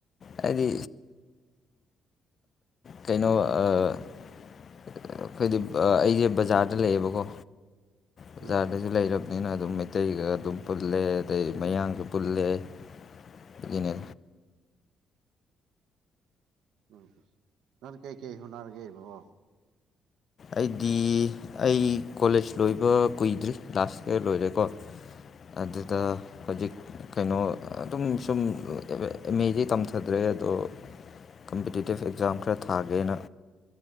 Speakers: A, on the left (about 50°); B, on the right (about 80°).
A: ꯍꯥꯏꯗꯤ ꯀꯩꯅꯣ ꯑꯩꯈꯣꯏꯗꯤ ꯑꯩꯁꯦ ꯕꯖꯥꯔꯗ ꯂꯩꯌꯦꯕꯀꯣ ꯕꯖꯥꯔꯗꯁꯨ
B: ꯎꯝ
A: ꯂꯩꯔꯕꯅꯤꯅ ꯑꯗꯨꯝ ꯃꯩꯇꯩꯒ ꯑꯗꯨꯝ ꯄꯨꯜꯂꯦ ꯑꯗꯩ ꯃꯌꯥꯡꯒꯤ ꯕꯨꯜꯂꯦꯅꯦ
B: ꯎ ꯅꯅ ꯀꯩ ꯀꯩ ꯍꯅꯔꯒꯦꯕꯕꯣ
A: ꯑꯩꯗꯤ ꯑꯩ ꯀꯣꯂꯦꯖ ꯂꯣꯏꯕ ꯀꯨꯏꯗ꯭ꯔꯤ ꯂꯥꯁꯀ ꯂꯣꯏꯔꯦꯀꯣ ꯑꯗꯨꯗ
B: ꯑꯣ
A: ꯍꯧꯖꯤꯛ ꯀꯩꯅꯣ ꯑꯗꯨꯝ ꯁꯨꯝ ꯑꯦꯝ ꯑꯦꯗꯤ ꯇꯝꯊꯗ꯭ꯔꯦ ꯑꯗꯣ ꯀꯝꯄꯤꯇꯤꯇꯤꯞ ꯑꯦꯛꯖꯥꯝ ꯈꯔ ꯊꯥꯒꯦꯅ